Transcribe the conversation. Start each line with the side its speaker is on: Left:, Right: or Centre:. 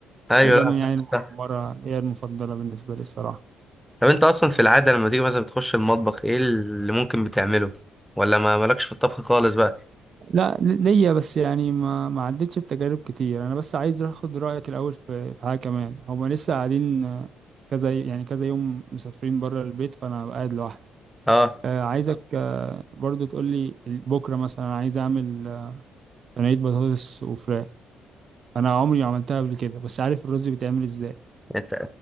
Centre: أيوة
Right: هي دايما
Centre: لا
Right: يعني
Centre: صح
Right: المحمره
Centre: صح
Right: هي المفضله بالنسبه لي الصراحه
Centre: طب أنت أصلا في العادة لما تيجي مثلا بتخش المطبخ إيه اللي ممكن بتعمله ولا ما مالكش في الطبخ خالص بقى
Right: لا ل- ليا بس يعني ما ما عدتش بتجارب كتير انا بس عايز اخد رايك الاول في في حاجه كمان هما لسه قاعدين آه، كذا يعني كذا يوم مسافرين بره البيت فانا قاعد لوحدي
Centre: أه
Right: آه، عايزك برضو تقول لي بكره مثلا انا عايز اعمل صينيه بطاطس وفراخ انا عمري ما عملتها قبل كده بس عارف الرز بيتعمل ازاي
Centre: أنت